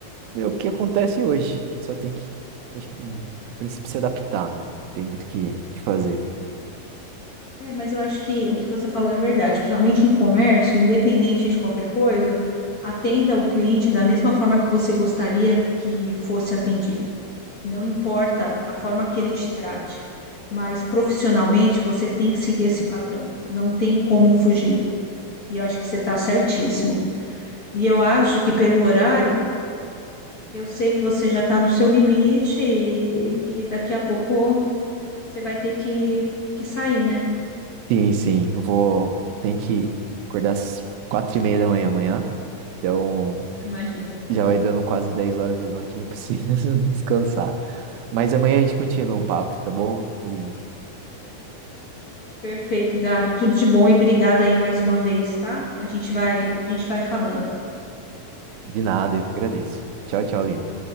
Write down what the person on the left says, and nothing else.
É, mas eu acho que o que você falou é verdade, principalmente em comércio, independente de qualquer coisa, atenda o cliente da mesma forma que você gostaria que fosse atendido. Não importa a forma que ele te trate, mas profissionalmente você tem que seguir esse padrão. Não tem como fugir. E eu acho que você está certíssimo. E eu acho que pelo horário, eu sei que você já está no seu limite e que daqui a pouco você vai ter que, que sair, né?
Imagino.
Perfeito, Gabi. Tudo de bom e obrigada aí mais uma vez, tá? A gente vai, a gente vai falando.